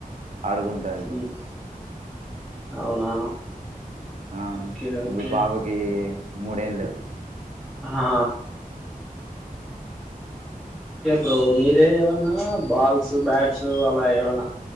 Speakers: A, on the right; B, in the centre.
A: ఆడుకుంటాది బ్రో
B: ఉమ్, అవునా
A: ఆ
B: ఓకే ఓకే
A: ఇప్పుడు పాపకి మూడేండ్లు
B: హా ఓకే బ్రో మీరే ఏమన్నా బాల్స్ బ్యాట్స్ అలా ఏవన్నా